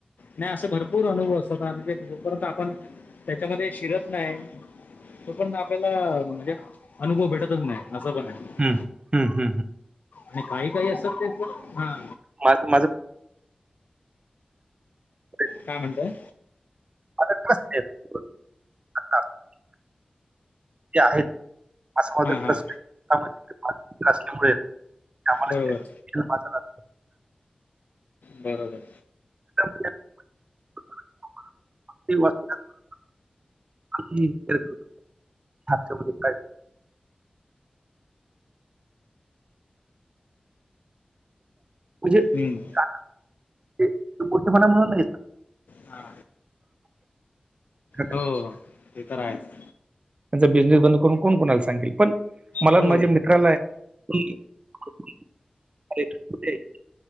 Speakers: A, on the left; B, on the right.
A: नाही असं भरपूर अनुभव असतात <unintelligible> जो पर्यंत आपण त्याच्यामध्ये शिरत नाही तोपर्यंत आपल्याला म्हणजे अनुभव भेटतचं नाही असं पण आहे.
B: हं, हं, हं, हं.
A: आणि काही काही असतात ते थोडं, हा.
B: माझ माझं <inaudible>
A: काय म्हणताय?
B: <unintelligible> <unintelligible>
A: हां हां बरोबर.
B: <unintelligible>
A: बरोबर.
B: <unintelligible> <unintelligible> म्हणजे
A: हम्म.
B: <unintelligible> ते <unintelligible> म्हणत नाहीत.
A: हा
B: कारण
A: हो ते तर आहेच.
B: त्यांचा बिझनेस बंद करून कोण कोणाला सांगेल पण मला
A: हो
B: माझ्या मित्राला <unintelligible>